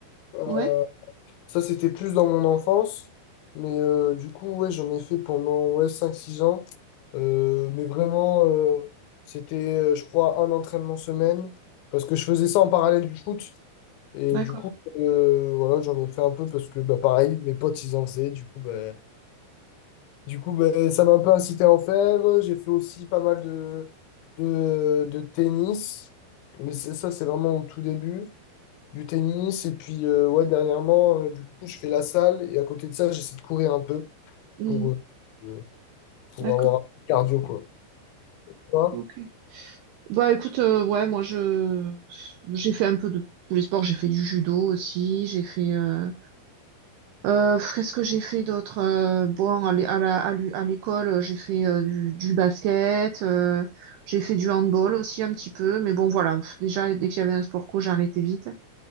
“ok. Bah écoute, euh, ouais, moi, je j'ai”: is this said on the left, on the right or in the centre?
Right